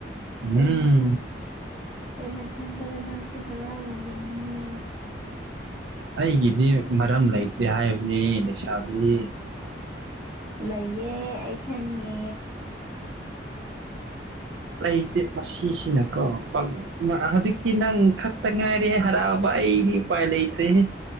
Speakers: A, on the right; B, on the right.
A: ꯎꯝ
B: ꯑꯩꯅ ꯈꯟ ꯑꯩꯅ ꯈꯟꯕꯗ ꯅꯪꯁꯨ ꯍꯔꯥꯎꯔꯝꯒꯅꯤꯌꯦ
A: ꯑꯩꯒꯤꯗꯤ ꯃꯔꯝ ꯂꯩꯇꯦ ꯍꯥꯏꯕꯅꯦ ꯂꯩꯁꯥꯕꯤ
B: ꯂꯩꯌꯦ ꯑꯩ ꯈꯪꯉꯦ
A: ꯂꯩꯇꯦ ꯃꯁꯤꯁꯤꯅꯀꯣ ꯄꯪ ꯃꯑ ꯍꯧꯖꯤꯛꯇꯤ ꯅꯪ ꯈꯛꯇ ꯉꯥꯏꯔꯦꯍꯦ ꯍꯔꯥꯎꯕ ꯑꯩꯗꯤ ꯎꯄꯥꯏ ꯂꯩꯇ꯭ꯔꯦꯍꯦ